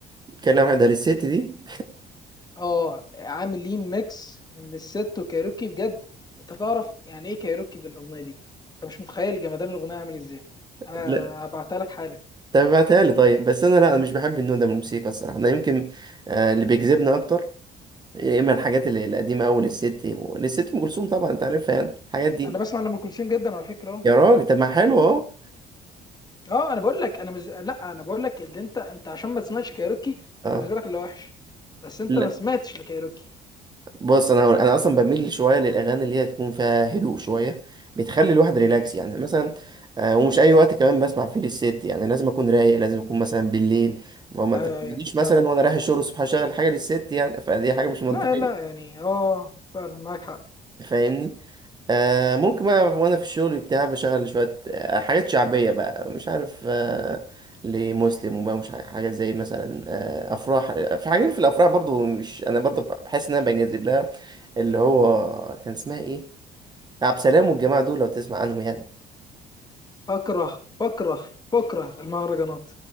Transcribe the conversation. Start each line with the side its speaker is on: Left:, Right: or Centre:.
Right: كان واحد ده الست دي
Left: اه عاملين ميكس من للست وكايروكي بجد انت تعرف يعني ايه كايروكي بالاغنيه دي انت مش متخيل جمدان الاغنيه عامل ازاي
Right: <laughs>
Left: انا هبعتها لك حالا
Right: طب ابعتها لي طيب بس انا لا انا مش بحب النوع ده من الموسيقى الصراحه انا يمكن آه، اللي بيجذبني اكتر يا اما الحاجات اللي- القديمه قوي للست للست ام كلثوم طبعا انت عارفها يعني الحاجات دي
Left: انا بسمع لام كلثوم جدا على فكره اهو
Right: يا راجل طب ما حلو اهو
Left: اه انا بقول لك انا مش لا انا بقول لك اللي انت انت عشان ما تسمعش كايروكي
Right: اه
Left: انت بالنسبه لك اللي وحش بس انت
Right: لا
Left: ما سمعتش لكايروكي
Right: بص انا هقول انا اصلا بميل شويه للاغاني اللي هي تكون فيها هدوء شويه بتخلي الواحد ريلاكس يعني مثلا آه، ومش اي وقت كمان بسمع فيه للست يعني لازم اكون رايق لازم اكون مثلا بالليل فما
Left: ايوه
Right: تجيش
Left: ايوه
Right: مثلا
Left: فعلا
Right: وانا رايح الشغل الصبح اشغل حاجه للست يعني فدي حاجه مش منطقيه
Left: لا لا يعني اه فعلا معاك حق
Right: فاهمني آه ممكن بقى وانا في الشغل بتاع بشغل شوية آه، حاجات شعبية بقى مش عارف آه لمسلم وبقى مش عارف حاجات زي مثلا آه افراح آه، في حاجات في الافراح برضو مش انا برضو بحس ان انا بنجذب لها اللي هو كان اسمها ايه عبد السلام والجماعة دول لو تسمع عنهم يعني
Left: بكره بكره بكره المهرجانات